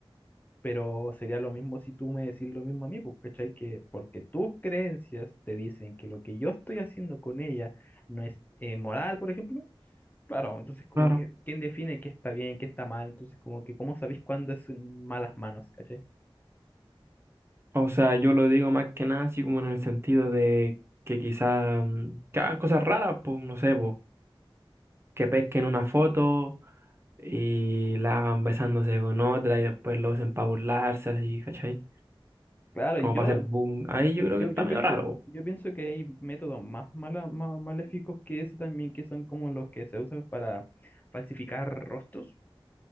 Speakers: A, on the left; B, on the right.
A: pero sería lo mismo si tú me decís lo mismo a mí, pues, ¿cachai? Que porque tus creencias te dicen que lo que yo estoy haciendo con ella no es eh, moral, por ejemplo. Claro, entonces como
B: Claro.
A: que, ¿quién define qué está bien, qué está mal? Entonces como que, ¿cómo sabéis cuándo es en malas manos, ¿cachai?
B: O sea, yo lo digo más que nada así como en el sentido de que quizá mm, que hagan cosas raras, pues, no sé, pues, que pesquen una foto y la hagan besándose con otra y después lo usen para burlarse, así, ¿cachai?
A: Claro,
B: Como
A: y yo,
B: para hacer boom. Ahí
A: yo,
B: yo creo
A: yo,
B: que está
A: yo
B: medio
A: pienso,
B: raro.
A: yo pienso que hay métodos más, mala- más maléficos que ese también, que son como los que se usan para falsificar rostros.